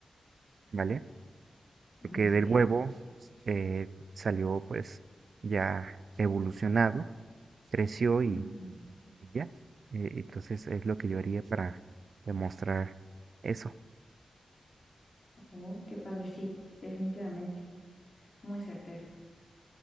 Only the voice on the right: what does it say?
¿vale? Porque
del huevo eh, salió pues ya evolucionado, creció Y
ya, eh, entonces es lo que yo haría para demostrar eso.